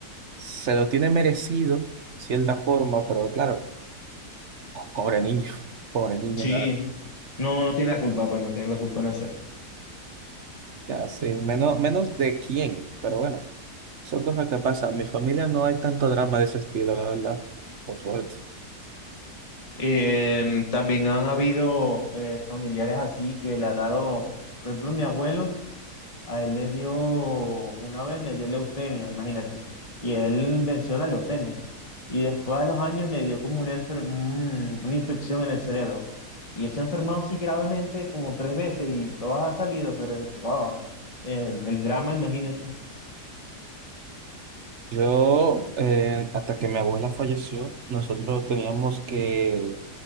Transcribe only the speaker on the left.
sí, no, no tiene la culpa, pues no tiene la culpa en hacer.
Eh, también han habido eh, familiares así que le ha dado, por ejemplo, mi abuelo, a él le dio, una vez le dio leucemia, imagínate, y él venció la leucemia. Y después de los años le dio como una, enfer- un- una infección en el cerebro. Y él se ha enfermado sí gravemente como tres veces y todas ha salido, pero wow, el, el drama, imagínate,